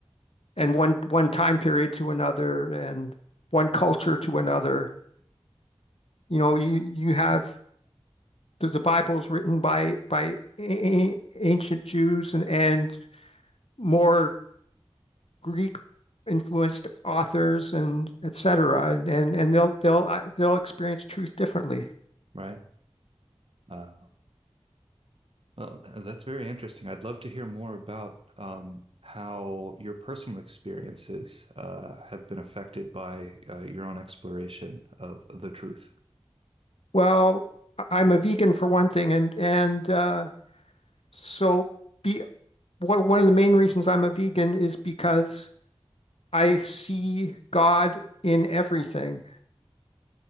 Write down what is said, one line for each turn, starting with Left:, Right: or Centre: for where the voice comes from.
Left: and one one time period to another and one culture to another. You know, you you have the, the Bible's written by by a- ancient Jews and and more Greek influenced authors and et cetera, and and, and they'll they'll uh, they'll experience truth differently.
Right: right. Uh, well, that's very interesting. I'd love to hear more about um, how your personal experiences uh, have been affected by uh, your own exploration of the truth.
Left: Well, I- am a vegan for one thing, and and uh, so be one one of the main reasons I'm a vegan is because I see God in everything,